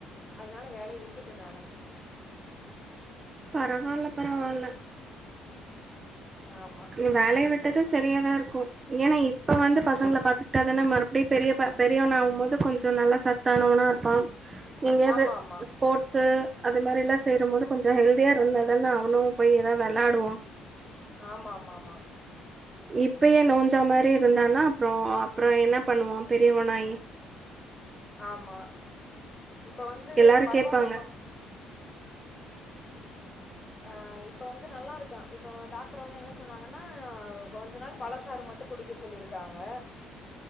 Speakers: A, on the left (about 20°); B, on the right (about 30°).
A: அதனால வேலைய விட்டுட்டே நானு
B: பரவால்ல பரவால்ல
A: ஆமாம்
B: நீ வேலைய விட்டது சரியாதாருக்கு ஏனா இப்ப வந்து பசங்ள பாத்துக்டாதான மறுப்டி பெரிய ப பெரியவனாவு போது கொஞ்ச நல்லா சத்தானவனாருப்பா எங்யாது
A: ஆமாம் ஆமாம்
B: ஸ்போர்ட்ஸு அது மேரிலா சேரும்போது கொஞ்ச ஹெல் த்தியா இருந்தாதான அவனு போய் எதா வெளாடுவா
A: ஆமாமாமா
B: இப்பயே நோஞ்சா மாரி இருந்தானா அப்றோ அப்றோ என்ன பண்ணுவா பெரியவனாயி
A: ஆமா இப்ப வந்து
B: எல்லாரு
A: பரவால்ல
B: கேப்பாங்க
A: இப்ப ஆ இப்ப வந்து நல்லாருக்கா இப்ப டாக்டர் வந்து என்ன சொன்னாங்கனா கொஞ்ச நாள் பழசாறு மட்டு குடிக்க சொல்லியிருக்காங்க